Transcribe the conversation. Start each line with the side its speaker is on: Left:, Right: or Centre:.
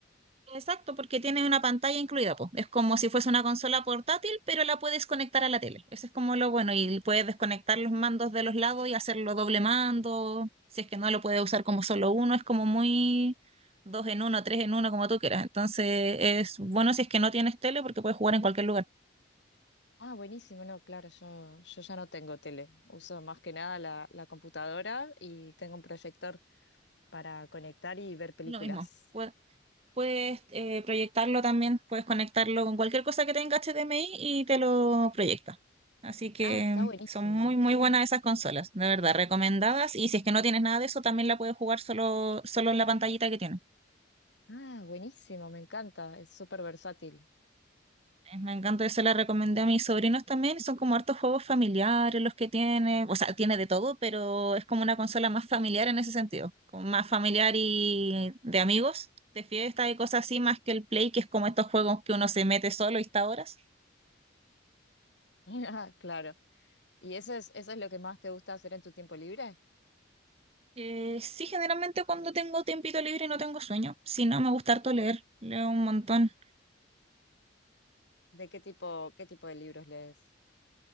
Right: Exacto, porque tiene una pantalla incluida, po. Es como si fuese una consola portátil, pero la puedes conectar a la tele. Eso es como lo bueno, y puedes desconectar los mandos de los lados y hacerlo doble mando. Si es que no lo puedes usar como solo uno, es como muy dos en uno, tres en uno, como tú quieras. Entonces es bueno si es que no tienes tele porque puedes jugar en cualquier lugar.
Left: Ah, buenísimo, no, claro, yo, yo ya no tengo tele. Uso más que nada la, la computadora y tengo un proyector para conectar y ver películas.
Right: Lo mismo. puedes eh, proyectarlo también, puedes conectarlo con cualquier cosa que tenga HDMI y te lo proyecta. Así que
Left: Ah, está
Right: mm,
Left: buenísimo.
Right: son muy, muy buenas esas consolas, de verdad, recomendadas. Y si es que no tienes nada de eso, también la puedes jugar solo, solo en la pantallita que tiene.
Left: Ah, buenísimo, me encanta, es súper versátil.
Right: Eh, Me encanta, eso la recomendé a mis sobrinos también. Son como hartos juegos familiares los que tiene. O sea, tiene de todo, pero es como una consola más familiar en ese sentido. como Más familiar y de amigos, de fiesta y cosas así, más que el Play, que es como estos juegos que uno se mete solo y está horas.
Left: <laughs> Claro. ¿Y eso es, eso es lo que más te gusta hacer en tu tiempo libre?
Right: Eh, sí, generalmente cuando tengo tiempito libre y no tengo sueño. Si no, me gusta harto leer. Leo un montón.
Left: ¿De qué tipo, qué tipo de libros lees?